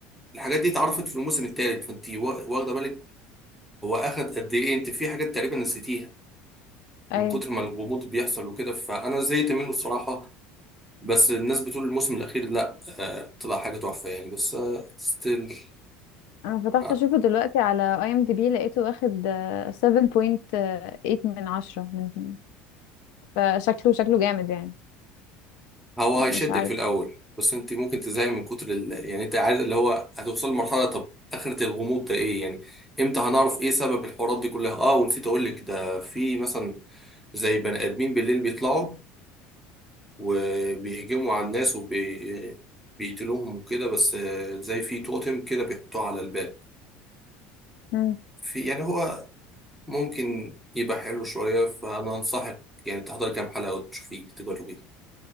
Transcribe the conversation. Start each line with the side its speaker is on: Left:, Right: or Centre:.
Centre: الحاجات دي اتعرفت في الموسم الثالث فانت وا- واخدة بالك هو اخد قد ايه انت في حاجات تقريبا نسيتيها
Left: ايوه
Centre: من كتر ما الغموض بيحصل وكده فانا زهقت منه الصراحه بس الناس بتقول الموسم الاخير لا آه طلع حاجه تحفه يعني بس آه ستيل
Left: انا فتحت
Centre: آه
Left: اشوفه دلوقتي على اي ام دي بي لقيته واخد آه، 7.8 من 10 من فشكله شكله جامد يعني
Centre: هو هيشدك
Left: مش عارف
Centre: في الاول بس انت ممكن تزهقي من كتر ال... يعني انت عاد اللي هو هتوصل لمرحله طب اخره الغموض ده ايه يعني امتى هنعرف ايه سبب الحوارات دي كلها اه ونسيت اقول لك ده في مثلا زي بني ادمين بالليل بيطلعوا وبيهجموا على الناس وبي بيقتلوهم وكده بس آه، زي في توتم كده بيحطوه على الباب
Left: مم.
Centre: في يعني هو ممكن يبقى حلو شوية فأنا أنصحك يعني تحضر كام حلقة وتشوفيه تجربيه